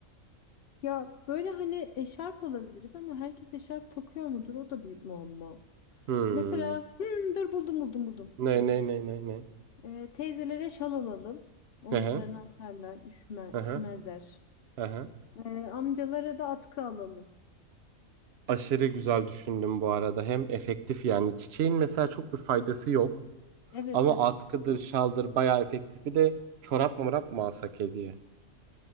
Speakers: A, on the left (about 55°); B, on the right (about 55°).
A: Ya böyle hani eşarp olabiliriz ama herkes eşarp takıyor mudur? O da bir muamma.
B: Hmm.
A: Mesela hmm, dur buldum buldum buldum.
B: Ne
A: Buldum.
B: ne ne ne ne.
A: Ee, teyzelere şal alalım. Omuzlarına
B: Aha,
A: atarlar, üşümer,
B: aha,
A: üşümezler.
B: aha.
A: Ee, amcalara da atkı alalım.
B: Aşırı güzel düşündüm bu arada. Hem efektif yani. Çiçeğin mesela çok bir faydası yok.
A: Evet
B: Ama
A: evet.
B: atkıdır, şaldır bayağı efektifi de çorap mı mı alsak hediye?